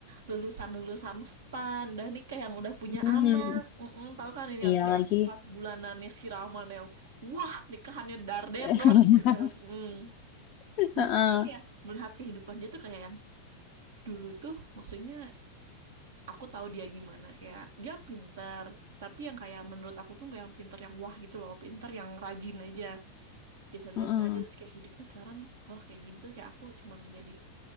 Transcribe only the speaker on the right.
lulusan-lulusan stan dan nikah yang udah punya anak
mm tahu kan ini
yang kayak
empat bulanannya siraman yang wah nikahannya dar der
dor gitu Mm.
nah apa kayak melihat kehidupan dia tuh kayak yang dulu tuh maksudnya aku tahu dia gimana kayak dia pinter tapi yang kayak menurut aku tuh kayak yang pinter yang wah gitu loh pinter yang rajin aja biasa-biasa
aja terus kayak hidupnya sekarang oh kayak gini terus kayak aku cuman menjadi